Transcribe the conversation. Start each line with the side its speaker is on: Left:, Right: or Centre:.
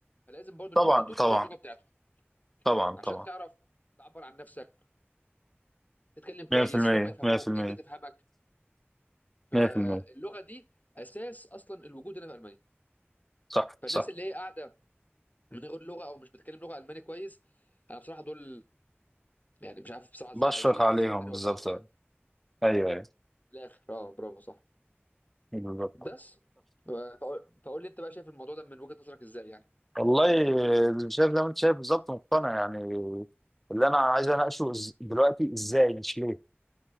Left: فلازم برضو
Centre: طبعا
Left: انك انت تتقن
Centre: طبعا
Left: اللغة بتاعتهم
Centre: طبعا طبعا
Left: عشان تعرف تعبر عن نفسك تتكلم كويس
Centre: 100%
Left: هم يفهموك
Centre: 100%
Left: انت تفهمك فاللغة
Centre: 100%
Left: دي اساس اصلا الوجود هنا في المانيا
Centre: صح
Left: فالناس
Centre: صح
Left: اللي هي قاعدة من غير لغه او مش بتكلم لغه الماني كويس انا بصراحه دول يعني مش عارف بصراحه ازاي
Centre: بشفق
Left: عايشين
Centre: عليهم
Left: بس ربنا يوفقهم
Centre: بالظبط
Left: يعني
Centre: ايوه ايوه
Left: في الاخر اه برافو صح
Centre: بالظبط
Left: بس فقول فقول لي انت بقى شايف الموضوع ده من وجهه نظرك ازاي يعني
Centre: والله شايف زي ما انت شايف بالظبط مقتنع يعني اللي انا عايز اناقشه إز- دلوقتي ازاي مش ليه